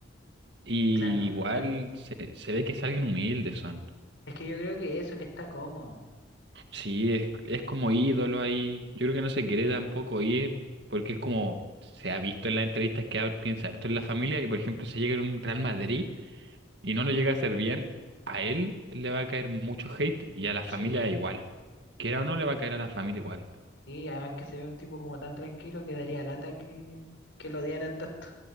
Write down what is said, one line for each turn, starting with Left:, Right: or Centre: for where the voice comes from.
Right: Y
Left: claro,
Right: igual
Left: sí.
Right: se, se ve que es alguien humilde, son.
Left: Es que yo creo que eso que está cómodo.
Right: Sí, es, es como ídolo ahí. Yo creo que no se quiere tampoco ir, porque es como se ha visto en las entrevistas que ha- piensa harto en la familia. Y por ejemplo, si llega en un Real Madrid y no lo llega a hacer bien, a él le va a caer mucho hate y a la familia
Left: Sí.
Right: igual. Quiera o no, le va a caer a la familia igual.
Left: Y además que se ve un tipo como tan tranquilo que daría lata que, que lo odiaran tanto.